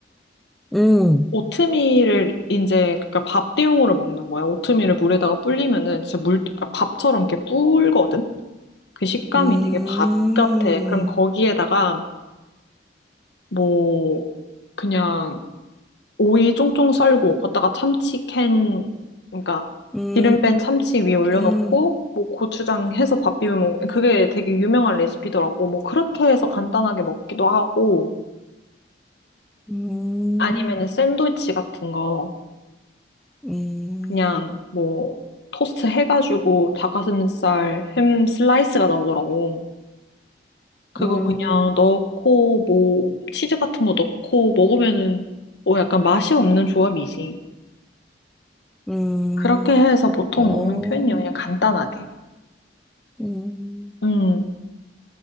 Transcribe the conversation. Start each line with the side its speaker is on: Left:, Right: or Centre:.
Centre: 음,
Left: 오트밀을 이제 그니까 밥 대용으로 먹는 거야. 오트밀을 물에다가 불리면은 진짜 물 아, 밥처럼 이렇게 불거든. 그 식감이
Centre: 음,
Left: 되게 밥 같아. 그럼 거기에다가 뭐 그냥 오이 쫑쫑 썰고 걷다가 참치 캔 그러니까
Centre: 음,
Left: 기름 뺀 참치 위에 올려놓고
Centre: 음,
Left: 뭐 고추장 해서 밥 비벼 먹 그게 되게 유명한 레시피더라고. 뭐 그렇게 해서 간단하게 먹기도 하고
Centre: 음,
Left: 아니면은 샌드위치 같은 거
Centre: 음,
Left: 그냥 뭐 토스트 해가지고 닭가슴살 햄 슬라이스가 나오더라고. 그거
Centre: 음,
Left: 그냥 넣고 뭐 치즈 같은 거 넣고 먹으면은 뭐 약간 맛이 없는 조합이지.
Centre: 음,
Left: 그렇게 해서 보통
Centre: 어,
Left: 먹는 편이에요. 그냥 간단하게.
Centre: 음.
Left: 음,